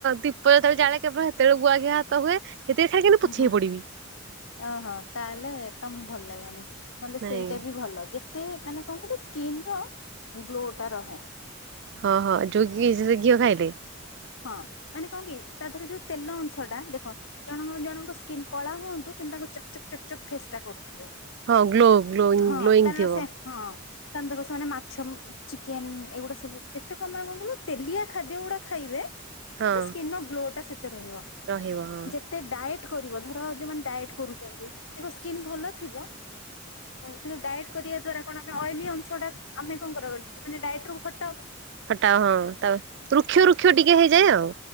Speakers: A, on the right; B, on the left.
A: ଦୀପ ଯେତେବେଳେ ଜାଳେ କେବଳ ସେତେବେଳେ ଗୁଆଘିଅ ହାତ ହୁଏ। ସେତିକି ଖାଇକିନା
B: ହୁଁ
A: ପୋଛିହେଇପଡ଼ିବି।
B: ହୁଁ ଓହୋ ତାହେଲେ ତମକୁ ଭଲ ଲାଗେନି ନହେଲେ
A: ନାଇଁ
B: ସେଇଟା ବି ଭଲ ଯେ ମତେ ମାନେ କଣ କଲେ ସ୍କିନ୍ ର ଗ୍ଲୋ ଟା ରହେ।
A: ହଁ ହଁ ଯୋଉ ଘି ଘିଅ ଖାଇଲେ?
B: ହଁ ମାନେ କଣ କି ତା ଦେହରେ ଯୋଉ ତେଲ ଅଂଶ ଟା ଦେଖ ଜଣଙ୍କ ଜଣଙ୍କ ସ୍କିନ୍ କଳା ହୁଅନ୍ତୁ କିନ୍ତୁ ତାଙ୍କୁ ଚକଚକ୍ ଚକ୍ ଚକ୍ ଫେସ୍ ଟା କରୁଥିବ।
A: ହଁ ଗ୍ଲୋ ଗ୍ଲୋଇଂ
B: ହଁ
A: ଗ୍ଲୋଇଂ
B: କାରଣ
A: ଥିବ।
B: ସେ ହଁ ତମେ ଦେଖ ସେମାନେ ମାଛ ଚିକେନ୍ ଏଗୁଡା ସବୁ ଯେତେ ମାମ କଣ କହିଲୁ ତେଲିଆ ଖାଦ୍ୟ ଗୁଡା ଖାଇବେ
A: ହଁ
B: ତ ସ୍କିିନ୍ ର ଗ୍ଲୋ ଟା ସେତେ ରହିବ ଯେତ୍
A: ରହିବ ହଁ
B: ଯେତେ ଡାଏଟ୍ କରିବ ଧର ଯୋଉମାନେ ଡାଏଟ୍ କରୁଛନ୍ତି ତାଙ୍କ ସ୍କିନ୍ ଭଲ ଥିବ କିନ୍ତୁ ଡାଏଟ୍ କରିବା ଦ୍ଵାରା କଣ ଆମେ ଅଏଲି ଅଂଶଟା ଆମେ କଣ କର ମାନେ ଡାଇଟ୍ ରୁ ଫଟ।
A: ଫଟ ହଁ ତା ପରେ ରୃକ୍ଷ ରୃକ୍ଷ ଟିକେ ହେଇଯାଏ ଆଉ